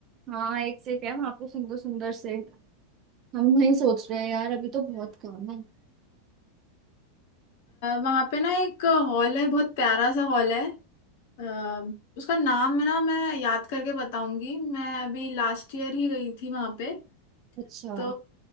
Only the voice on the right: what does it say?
हाँ एक से एक है वहाँ पे सुंदर सुंदर से हम वहीं सोच रहे हैं यार अभी तो बहुत काम है
अच्छा